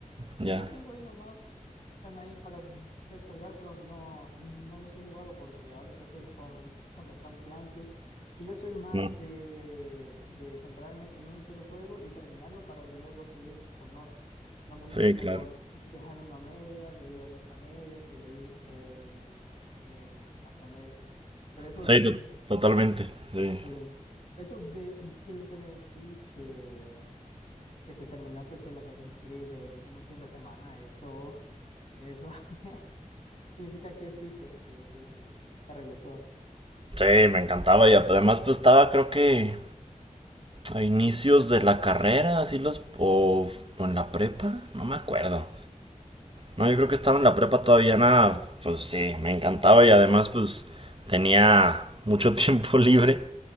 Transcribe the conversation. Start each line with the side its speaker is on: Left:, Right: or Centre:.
Left: Sí,
Right: Ya.
Left: los tengo ahí nomás, están ahí para descargar, pero no, no los he jugado porque ahorita estoy con, con el Tom Clancy's y yo soy más
Right: No.
Left: de, de centrarme en un solo juego y terminarlo para luego seguir con otro. No me gusta
Right: Sí,
Left: como
Right: claro.
Left: dejar uno a medias, de ahí el otro a medias y de ahí eh, eh, la otra a medias. Pero eso,
Right: Sí, to-
Left: mm,
Right: totalmente. Sí.
Left: sí, eso de, de lo que me decís que, que te terminaste el Assassin's Creed en en un fin de semana, eso... Eso <laughs> significa que sí, te, te, te, te, te re gustó.
Right: Sí, me encantaba y además pues estaba creo que a inicios de la carrera, así los... o, o en la prepa, no me acuerdo. No, yo creo que estaba en la prepa todavía nada, pues sí, me encantaba y además pues tenía mucho <laughs> tiempo libre.